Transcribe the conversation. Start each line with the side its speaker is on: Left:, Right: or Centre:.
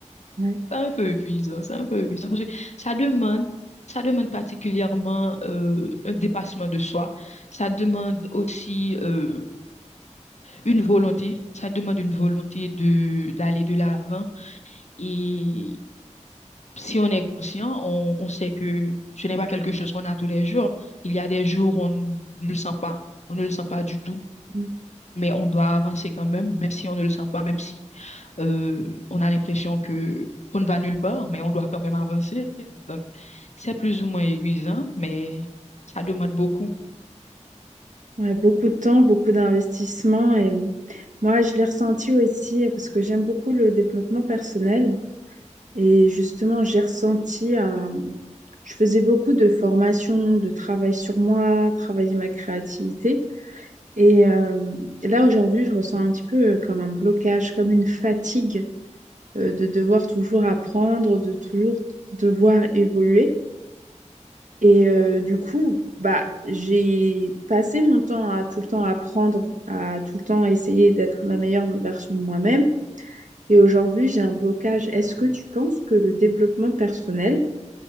Right: Ouais.
Left: c'est un peu épuisant, c'est un peu épuisant parce que ça demande, ça demande particulièrement euh, un dépassement de soi, ça demande aussi euh, une volonté, ça demande une volonté de d'aller de l'avant et si on est conscient, on, on sait que ce n'est pas quelque chose qu'on a tous les jours. Il y a des jours où on ne le sent pas, on ne le sent pas du tout,
Right: Mm.
Left: mais on doit avancer quand même, même si on ne le sent pas, même si euh, on a l'impression que qu'on ne va nulle part, mais on doit quand même avancer. Donc, C'est plus ou moins épuisant, mais ça demande beaucoup.
Right: Ouais, beaucoup de temps, beaucoup d'investissement. Et moi, je l'ai ressenti aussi euh, parce que j'aime beaucoup le développement personnel. Et justement, j'ai ressenti un... Je faisais beaucoup de formations, de travail sur moi, travailler ma créativité. Et euh, là, aujourd'hui, je ressens un petit peu euh, comme un blocage, comme une fatigue euh, de devoir toujours apprendre, de toujours devoir évoluer. Et euh, du coup, bah, j'ai passé mon temps à tout le temps apprendre, à tout le temps essayer d'être la meilleure version de moi-même. Et aujourd'hui, j'ai un blocage. Est-ce que tu penses que le développement personnel,